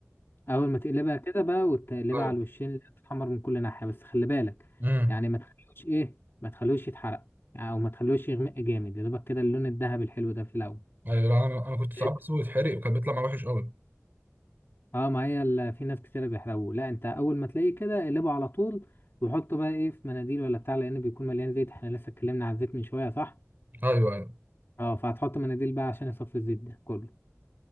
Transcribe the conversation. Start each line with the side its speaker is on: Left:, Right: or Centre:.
Left: أول ما تقلبها كده بقى وتقلبها
Right: ايوه
Left: على الوشين اللي تتحمر من كل ناحية بس خلي بالك
Right: امم
Left: يعني ما تخلوش إيه ما تخلوش يتحرق يعني، أو ما تخلوش يغمق جامد يا دوبك كده اللون الذهبي الحلو ده في الأول
Right: ايوه لا، انا انا كنت ساعات
Left: لقيت-
Right: بسيبه يتحرق وكان بيطلع معاه وحش قوي
Left: اه ما هي ال- في ناس كتيرة بيحرقوه لا انت اول ما تلاقيه كده اقلبه على طول وحطه بقى ايه في مناديل ولا بتاع لان بيكون مليان زيت احنا لسه اتكلمنا عن الزيت من شوية صح
Right: ايوه ايوه
Left: اه فهتحط مناديل بقى عشان يصفي الزيت ده كله